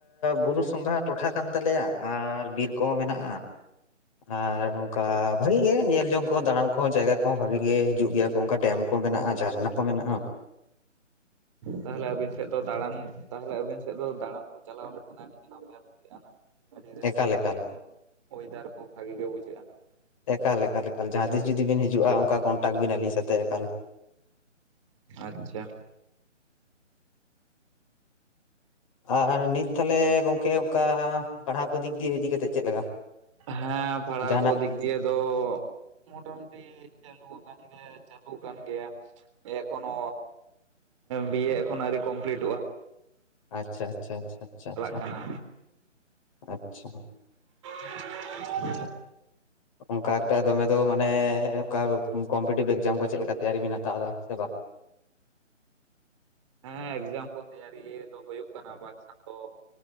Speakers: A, on the left; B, on the right.
A: ᱵᱩᱨᱩ ᱥᱚᱸᱜᱷᱟ ᱴᱚᱴᱷᱟ ᱠᱟᱱ ᱛᱟᱞᱮᱭᱟ ᱟᱨ ᱵᱤᱨ ᱠᱚᱦᱚᱸ ᱢᱮᱱᱟᱜ-ᱟ ᱟᱨ ᱚᱱᱠᱟ ᱵᱷᱟᱜᱤ ᱜᱮ ᱧᱮᱞ ᱡᱚᱝ ᱠᱚᱦᱚᱸ ᱫᱟᱬᱟᱱ ᱠᱚᱦᱚᱸ ᱡᱟᱭᱜᱟ ᱠᱚᱦᱚᱸ ᱵᱷᱟᱜᱤ ᱜᱮ ᱦᱤᱡᱩᱜ ᱜᱮᱭᱟ ᱠᱚ ᱚᱱᱠᱟ ᱰᱮᱢ ᱠᱚ ᱢᱮᱱᱟᱜ-ᱟ ᱡᱷᱟᱨᱱᱟ ᱠᱚ ᱢᱮᱱᱟᱜ-ᱟ
B: ᱛᱟᱦᱞᱮ ᱟᱹᱵᱤᱱ ᱥᱮᱫ ᱫᱚ ᱫᱟᱬᱟᱱ ᱛᱟᱦᱞᱮ ᱟᱹᱵᱤᱱ ᱥᱮᱫ ᱫᱚ ᱫᱟᱬᱟᱱ ᱠᱚ ᱪᱟᱞᱟᱣ ᱞᱮᱠᱷᱟᱱ ᱟᱹᱰᱤᱜᱮ ᱱᱟᱯᱟᱭ ᱵᱩᱡᱷᱟᱹ ᱟᱱᱟ ᱟᱹᱰᱤ ᱨᱟᱹᱥᱠᱟᱹ
A: ᱮᱠᱟᱞ ᱮᱠᱟᱞ
B: ᱦᱚᱭᱛᱚ ᱚᱭᱮᱫᱟᱨ ᱠᱚ ᱵᱷᱟᱜᱤ ᱜᱮ ᱵᱩᱡᱷᱟᱹ ᱟᱱᱟ
A: ᱮᱠᱟᱞ ᱮᱠᱟᱞ ᱮᱠᱟᱞ ᱡᱟᱦᱟᱸ ᱛᱤᱥ ᱡᱩᱫᱤ ᱵᱤᱱ ᱦᱤᱡᱩᱟ ᱚᱱᱠᱟ ᱠᱚᱱᱴᱟᱠ ᱵᱤᱱ ᱟᱹᱞᱤᱧ ᱥᱟᱛᱮ ᱮᱠᱟᱞ
B: ᱟᱪᱪᱷᱟ
A: ᱟᱨ ᱱᱤᱛ ᱛᱟᱞᱦᱮ ᱜᱚᱝᱠᱮ ᱚᱱᱠᱟ ᱯᱟᱲᱦᱟᱣ ᱠᱚ ᱫᱤᱠ ᱫᱤᱭᱮ ᱤᱫᱤ ᱠᱟᱛᱮᱫ ᱪᱮᱫ ᱞᱮᱠᱟ
B: ᱦᱮᱸ ᱯᱟᱲᱦᱟᱣ
A: ᱡᱟᱦᱟᱱᱟᱜ
B: ᱠᱚ ᱫᱤᱠ ᱫᱤᱭᱮ ᱫᱚ ᱢᱚᱴᱟ ᱢᱩᱴᱤ ᱪᱟᱹᱞᱩ ᱟᱠᱟᱱ ᱜᱮ ᱪᱟᱹᱞᱩ ᱟᱠᱟᱱ ᱜᱮᱭᱟ ᱮᱠᱷᱚᱱᱳ ᱵᱤᱭᱮ ᱮᱠᱷᱚᱱ ᱟᱹᱣᱨᱤ ᱠᱚᱢᱯᱤᱞᱤᱴᱚᱜ-ᱟ
A: ᱟᱪᱪᱷᱟ ᱟᱪᱪᱷᱟ ᱟᱪᱪᱷᱟ ᱟᱪᱪᱷᱟ
B: ᱠᱟᱱᱟ
A: ᱟᱪᱪᱷᱟ-ᱟᱪᱪᱷᱟ
B: <unintelligible>
A: ᱚᱱᱠᱟ ᱮᱠᱴᱟ ᱫᱚᱢᱮ ᱫᱚ ᱢᱟᱱᱮ ᱚᱱᱠᱟ ᱠᱚᱢᱯᱤᱴᱤᱵᱽ ᱮᱠᱡᱟᱢ ᱠᱚ ᱪᱮᱫ ᱞᱮᱠᱟ ᱛᱮᱭᱟᱨᱤ ᱵᱤᱱ ᱦᱟᱛᱟᱣ ᱫᱟ ᱥᱮ ᱵᱟᱝ
B: ᱦᱮᱸ ᱮᱠᱡᱟᱢ ᱠᱚ ᱛᱮᱭᱟᱨᱤ ᱫᱚ ᱦᱩᱭᱩᱜ ᱠᱟᱱᱟ ᱵᱟᱝᱠᱷᱟᱱ ᱫᱚ